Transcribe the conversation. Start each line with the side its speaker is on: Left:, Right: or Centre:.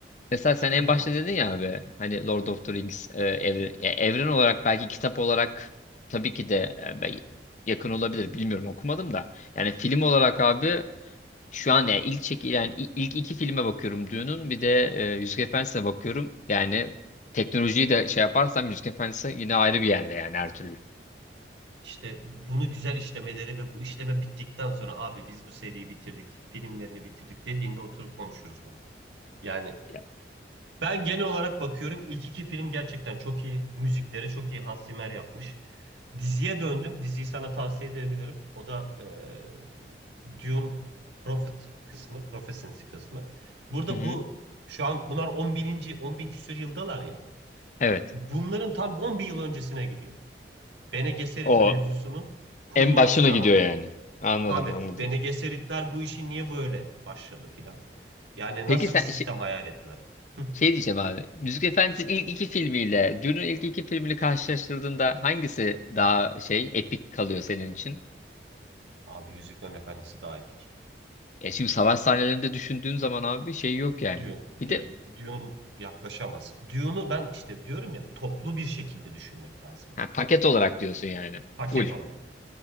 Left: Mesela sen
Right: Çünkü
Left: en
Right: yapılmamış
Left: başta dedin
Right: bir şey.
Left: ya abi hani Lord of
Right: Hı.
Left: the Rings e, evren ya evren olarak belki kitap olarak tabii ki de e, ben- yakın olabilir bilmiyorum okumadım da. Yani film olarak abi şu an yani ilk çekilen i- ilk iki filme bakıyorum Dune'un bir de e, Yüzük Efendisi'ne bakıyorum. Yani teknolojiyi de şey yaparsam Yüzük Efendisi yine ayrı bir yerde yani her türlü.
Right: İşte bunu güzel işlemeleri ve bu işleme bittikten sonra abi biz bu seriyi bitirdik, filmlerini bitirdik dediğinde oturup konuşuruz bunu. Yani
Left: Ya-
Right: ben genel olarak bakıyorum ilk iki film gerçekten çok iyi. Müzikleri çok iyi Hans Zimmer yapmış. Diziye döndüm. Diziyi sana tavsiye edebilirim. O da eee Dune Prophet kısmı, Prophecy kısmı. Burada
Left: Hı hı.
Right: bu şu an bunlar 10 bininci, 10 bin küsür yıldalar ya.
Left: Evet.
Right: Bunların tam 10 bin yıl öncesine gidiyor. Bene Gesserit
Left: O
Right: mevzusunun kurulmasını
Left: en başına gidiyor
Right: anlatıyor.
Left: yani. Anladım
Right: Tabii
Left: anladım.
Right: Bene Gesseritler bu işi niye böyle başladı filan. Yani
Left: Peki
Right: nasıl
Left: sen
Right: bir sistem hayal ettiler? Hıh.
Left: Şey diyeceğim abi. Müzik Efendisi'nin ilk iki filmiyle Dune'un ilk iki filmini karşılaştırdığında hangisi daha şey epik kalıyor senin için?
Right: Abi Yüzüklerin Efendisi daha epik.
Left: Ya şimdi savaş
Right: Bak
Left: sahnelerinde düşündüğün zaman abi şey yok yani.
Right: Dune değil.
Left: Bir de
Right: Dune yaklaşamaz. Dune'u ben işte diyorum ya toplu bir şekilde düşünmek lazım
Left: ha,
Right: bunu.
Left: paket olarak diyorsun yani.
Right: Paket
Left: Full.
Right: olarak.